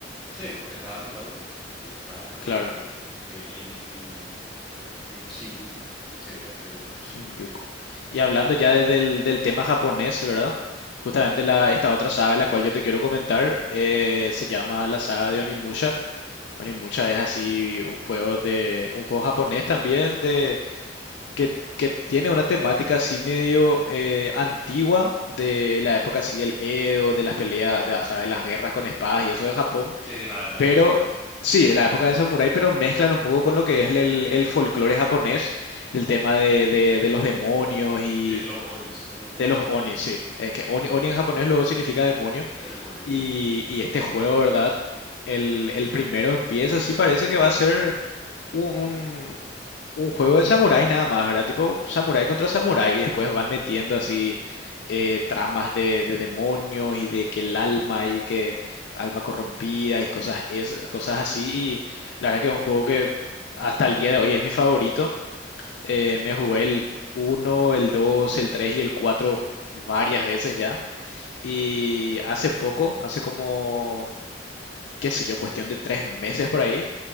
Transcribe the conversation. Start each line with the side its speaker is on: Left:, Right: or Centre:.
Centre: Sí, porque estaba ambientado en Japón, tipo, estaba en Japón,
Left: Claro.
Centre: básicamente, en, en, en, en Shinjuku sería el lugar.
Left: Shinjuku. Y hablando ya de- del, del tema japonés, ¿verdad? Justamente la, esta otra saga, de la cual yo te quiero comentar, eh, se llama la saga de Onimusha. Onimusha es así un juego de, un juego japonés también de que, que tiene una temática así medio eh, antigua de la época así del Edo, de las peleas, de, o sea, de las guerras con espadas y eso de Japón.
Centre: Sí, de la, de la
Left: Pero
Centre: época samurai,
Left: sí, de la época de samurái, pero mezclan un poco con lo que es el, el folclore japonés, del tema de, de- de los demonios y
Centre: sí, de los Onis, de los Onis,
Left: de los oni, sí. Eh, que oni, oni en japonés luego significa demonio.
Centre: de demonios,
Left: Y,
Centre: sí.
Left: y este juego, ¿verdad? El, el primero empieza, sí parece que va a ser un, un- un juego de samuráis nada más, ¿verdad? Tipo samurái contra samurái y después van metiendo así eh, tramas de, de demonios y de que el alma y que alma corrompida y cosas, es, cosas así. Y la verdad que es un juego que hasta el día de hoy es mi favorito. Eh, me jugué el uno el dos el 3 y el 4 varias veces ya. Y hace poco, hace como, qué sé yo, cuestión de tres meses por ahí,